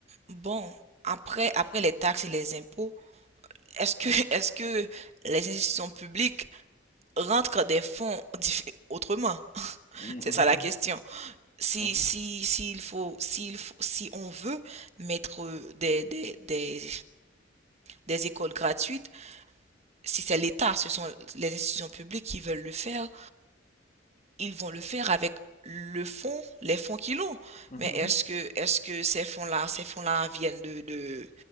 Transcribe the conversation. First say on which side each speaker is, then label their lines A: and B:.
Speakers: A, on the right; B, on the left.
A: bon, après, après les taxes et les impôts, est-ce que, <laughs> est-ce que les institutions publiques rentrent des fonds diff- autrement?
B: Mhm,
A: C'est
B: mhm,
A: ça la question. Si,
B: mhm,
A: si, s'il faut, s'il faut, si on veut mettre euh, des, des, des, des écoles gratuites, si c'est l'État, ce sont les institutions publiques qui veulent le faire, ils vont le faire avec le fonds, les fonds qu'ils ont.
B: mhm,
A: Mais
B: mhm,
A: est-ce que, est-ce que ces fonds-là, ces fonds-là viennent de, de,